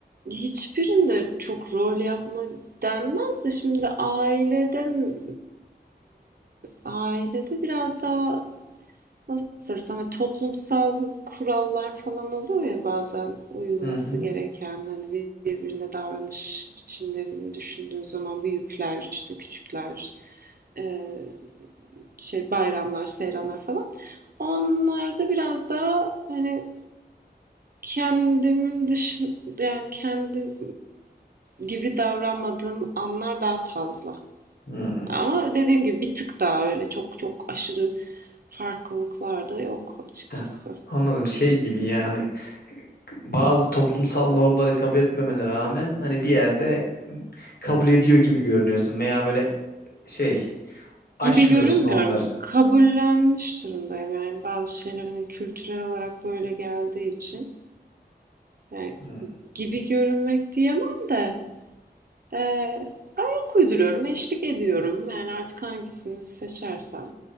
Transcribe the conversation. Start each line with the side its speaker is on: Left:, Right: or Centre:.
Right: Hiçbirinde çok rol yapma denmez de şimdi ailede, m- ailede biraz daha nasıl desem hani toplumsal kurallar falan oluyor ya bazen uyulması
Left: Hı hı.
Right: gereken hani birbirine davranış biçimlerini düşündüğün zaman büyükler işte küçükler eee, şey bayramlar seyranlar falan onlarda biraz daha hani Kendimin dışın yani kendi gibi davranmadığım anlar daha fazla.
Left: Hı.
Right: Ama dediğim gibi bir tık daha öyle çok çok aşırı farklılıklar da yok açıkçası.
Left: Ha, anladım şey gibi yani hani bazı toplumsal normları kabul etmemene rağmen hani bir yerde kabul ediyor gibi görünüyorsun veya böyle şey aşmıyorsun
Right: Gibi görünmüyorum.
Left: onları.
Right: Kabullenmiş durumdayım yani bazı şeyler hani kültürel olarak böyle geldiği için. Yani
Left: Hmm,
Right: gibi görünmek diyemem de e, uyduruyorum, eşlik ediyorum. Yani artık hangisini seçersem.